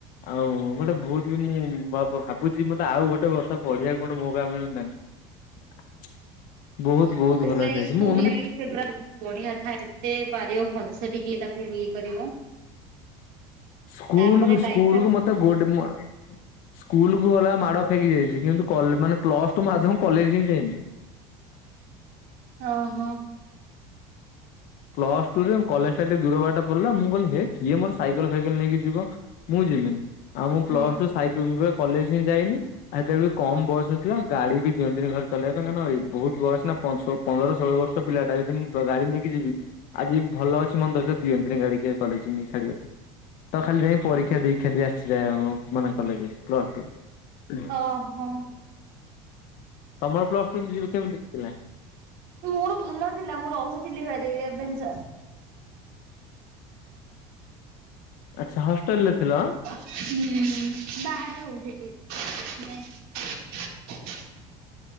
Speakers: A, on the left; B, on the right.
A: ଆଉ ଗୋଟେ ବହୁତ ବି ମୁଁ ଭା ଭାବୁଛି ମତେ ଆଉ ଗୋଟେ ବର୍ଷ ପଢିବାକୁ ଗୋଟେ ମଉକା ମିଳନ୍ତାନି। <inaudible>
B: ସେଠି
A: ବହୁତ ଭଲରେ
B: ଲାଗି
A: ଯାଇଛି
B: ସ୍କୁଲ
A: ମୁଁ ଏମିତି
B: ଲାଇଫ। ସେଗୁରା ବହୁତ ବଢିଆ ଥାଏ ଯେତେ ପାରିବ ଭଲସେ ଟିକଏ ତାକୁ ଇଏ କରିବ।
A: ସ୍କୁୂଲକୁ
B: ତାପରେ ଲାଇଫ୍
A: ସ୍କୁୂଲକୁ
B: ଟା
A: ମୋତେ ଗୁଡ଼ ମା ସ୍କୁଲକୁୁ ଗଲା ମାଡ଼ ଖଇକି ଯାଇଛି କିନ୍ତୁ କଲେ ମାନେ ପ୍ଲସ୍ଟୁ ଆଦ୍ଵଂ କଲେଜ ହିଁ ଯାଇନି।
B: ଆ ହଁ।
A: ପ୍ଲସ୍ଟୁ ରେ କଲେଜ ଟା ଟିକେ ଦୂର ବାଟ ପଡିଲା ମୁଁ କହିଲି ହେ କିଏ ମୋର ସାଇକେଲ ଫାଇକେଲ ନେଇକି ଯିବ। ମୁଁ ଯିବିନି ଆଉ ମୁଁ ପ୍ଲସ୍ଟୁ
B: ହୁଁ।
A: ସାଇକେଲ ରେ କଲେଜ ହିଁ ଯାଇନି। ଅହେତେ ବେଳୁକୁ କମ ବୟସ ଥିଲା ଗାଡି ବି ଦିଅନ୍ତିନି ଘରେ ଚଲେଇ ପାଇଁ କାରଣ ଏଇ ବହୁତ ବୟସ ନା ପାଞ୍ଚଶ ପନ୍ଦର ଷୋହଳ ବର୍ଷ ପିଲାଟା ଯଦି ମୁଁ ଗାଡି ନେଇକି ଯିବି। ଆଜି ଭଲ ଅଛି ମନ୍ଦ ଅଛି ଦିଅନ୍ତିନି ଗାଡିିକ କେ କଲେଜ ନାଇକି ଛାଡ଼ିବା ପାଇଁ। ତ ଖାଲି ଯାଇକି ପରୀକ୍ଷା ଦେଇକି ଖାଲି ଆସିଛି ଯାହା ମୁଁ। ମନା କଲେଜେ ପ୍ଲସ୍ଟୁ ରେ।
B: ଓହୋ
A: ତମର ପ୍ଲସ୍ଟୁ ଯିବା କେମିତିଥିଲା।
B: ମୋର ଭଲ ଥିଲା ମୁଁ ରହୁଥିଲି ଭାରି ରେଭେନ୍ସା।
A: ଆଚ୍ଛା ହଷ୍ଟେଲ ରେ ଥିଲା।
B: ହୁଁ ବହାରେ ରହୁଥିଲି ମେ